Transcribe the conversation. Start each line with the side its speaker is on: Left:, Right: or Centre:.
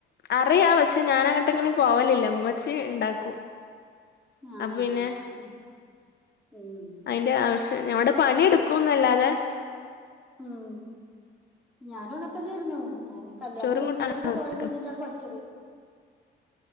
Left: അറിയാം പക്ഷെ ഞാൻ അങ്ങട്ട് അങ്ങനെ പോവലില്ല ഉമ്മച്ചി ഇണ്ടാക്കും
Centre: ആഹ്
Left: അപ്പൊ
Centre: ആഹ്
Left: പിന്നെ
Centre: ഉം ഉം
Left: അതിൻ്റെ ആവശ്യം ഞാ ഇവടെ പണിയെടുക്കും എന്നല്ലാതെ
Centre: ഉം ഞാനും അങ്ങനെത്തന്നെയായിരുന്നു ഞാന് കല്യാണം
Left: ചോറും
Centre: കഴിച്ചിട്ട്
Left: കൂട്ടാനൊന്നും
Centre: തന്നെ കൊറെ
Left: ഉണ്ടാക്ക
Centre: കഴിഞ്ഞിട്ടാണ് പഠിച്ചത്